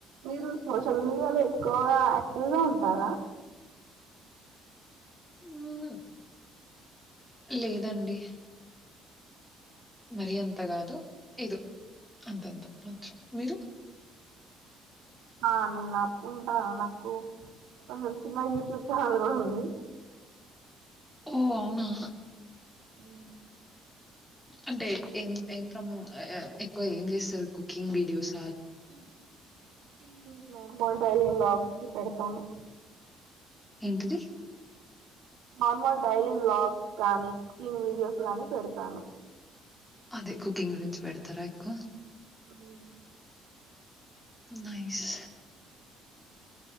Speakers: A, on the right; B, in the centre.
A: మీరు సోషల్ మీడియాలో ఎక్కువగా యాక్టివ్ గా ఉంటారా
B: హుమ్మ్ లేదండి మరి అంత కాదు ఎదో అంతంత మాత్రం మీరు
A: ఆ నేను అప్పు ఉంటాను నాకు కొంచెం చిన్న యూట్యూబ్ ఛానెల్ కూడా ఉంది
B: ఓ అవునా
A: హుమ్
B: అంటే ఏం ఏం ప్రమోట్ ఏ ఎక్కువ ఏం చేస్తారు cooking videos
A: cooking cooking <unintelligible> vlog పెడతాను
B: ఏంటది
A: నార్మల్ డైలీ వ్లాగ్స్ కానీ కుకింగ్ వీడియోస్ గానీ పెడతాను
B: అదే కుకింగ్ గురించి పెడతారా ఎక్కువ
A: హుమ్మ్
B: నైస్